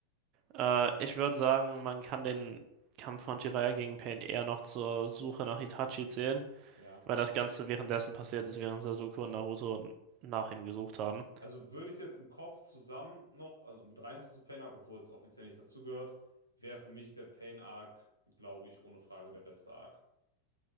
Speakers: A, on the right; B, on the right.
A: Äh, ich würde sagen, man kann den Kampf von Jiraiya gegen Pain eher noch zur Suche nach Itachi zählen,
B: Ja.
A: weil das Ganze währenddessen passiert ist, während Sasuke und Naruto nach ihm gesucht haben.
B: Also würde ich es jetzt im Kopf zusammen noch, also mit rein tun zu Pain Arc, obwohl es offiziell nicht dazugehört, wäre für mich der Pain Arc, glaube ich, ohne Frage der beste Arc.